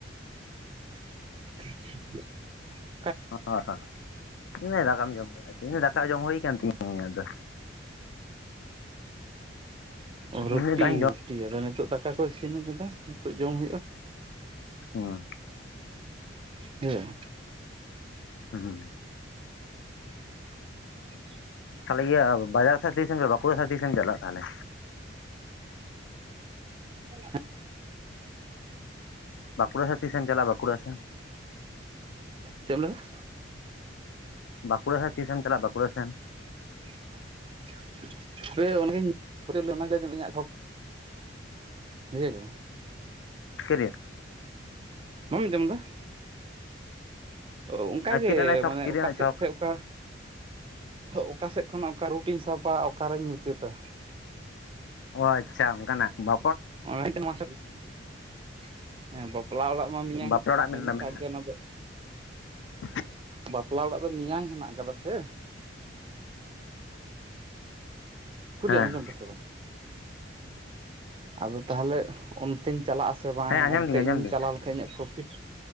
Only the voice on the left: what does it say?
ᱚᱦ ᱦᱚᱸ ᱤᱧ ᱢᱮᱱ ᱫᱟᱠᱟᱢ ᱡᱚᱢ ᱠᱟᱫᱟ ᱤᱧ ᱫᱟᱠᱟ ᱡᱚᱢ ᱦᱳᱭ ᱠᱟᱱᱟ ᱛᱤᱧᱟᱹ ᱤᱧᱟᱹᱜ ᱫᱚ᱾
ᱤᱧ
ᱫᱚ ᱫᱟᱠᱟᱧ ᱡᱚᱢ
ᱦᱩᱸ
ᱦᱩ ᱾
ᱛᱟᱦᱚᱞᱮ ᱤᱭᱟᱹ ᱵᱟᱡᱟᱨ ᱥᱮᱱ ᱛᱤᱥᱮᱢ ᱵᱟᱸᱠᱩᱲᱟ ᱥᱮᱫ ᱛᱤᱥᱮᱢ ᱪᱟᱞᱟᱜ ᱛᱟᱦᱚᱞᱮ?
ᱵᱟᱹᱠᱩᱲᱟ ᱥᱮᱱ ᱛᱤᱥᱮᱢ ᱪᱞᱟᱜᱼᱟ ᱵᱟᱸᱠᱩᱲᱟ ᱥᱮᱱ,
ᱵᱟᱸᱠᱩᱲᱟ ᱥᱮᱜ ᱛᱤᱥᱮᱢ ᱪᱟᱞᱟᱜᱼᱟ ᱵᱟᱸᱠᱩᱲᱟ ᱥᱮᱱ,
ᱪᱨᱫᱭᱟ ᱾
ᱦᱮᱸ
ᱪᱮᱫ ᱨᱮᱱᱟᱜ ᱪᱷᱚᱠ
ᱪᱮᱫ ᱨᱮᱱᱟᱜ
ᱪᱷᱚᱠ
ᱚ ᱟᱪᱪᱷᱟ ᱚᱱᱠᱟᱱᱟᱜ ᱵᱟ
ᱵᱟᱯᱞᱟ ᱚᱲᱟᱜ
ᱢᱮᱱᱫᱟ
ᱢᱮᱱᱟᱜᱼᱟ
<inaudible>
ᱦᱮᱸ
ᱦᱮᱸ ᱟᱸᱡᱚᱢ
ᱫᱟᱹᱧ ᱟᱸᱡᱚᱢ
ᱫᱟᱹᱧ